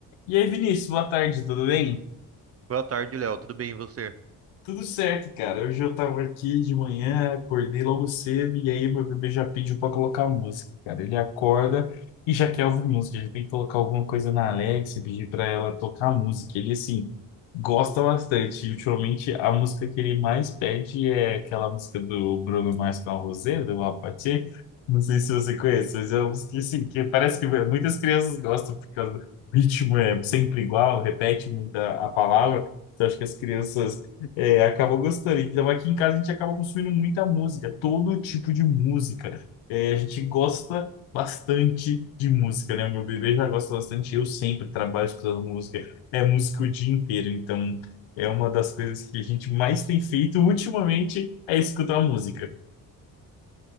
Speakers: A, on the left; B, on the right.
A: E aí, Vinícius, boa tarde, tudo bem?
B: Boa tarde, Léo. Tudo bem, e você?
A: Tudo certo, cara. Hoje eu tava aqui de manhã, acordei logo cedo e aí meu bebê já pediu pra colocar música, cara. Ele acorda e já quer ouvir música, já tem que colocar alguma coisa na Alexa, pedir pra ela tocar música. Ele, assim, gosta bastante. E, ultimamente a música que ele mais pede é aquela música do Bruno Mars com a Rosé, do Apathy. Não sei se você conhece, mas é uma música assim, que parece que muitas crianças gostam por causa do ritmo é sempre igual, repete muita a palavra. Então, acho que as crianças é, acabou gostando. Então, aqui em casa a gente acaba consumindo muita música, todo tipo de música. É, a gente gosta bastante de música, né? O meu bebê já gosta bastante, eu sempre trabalho escutando música. É música o dia inteiro, então é uma das coisas que a gente mais tem feito <laughs> ultimamente é escutar música.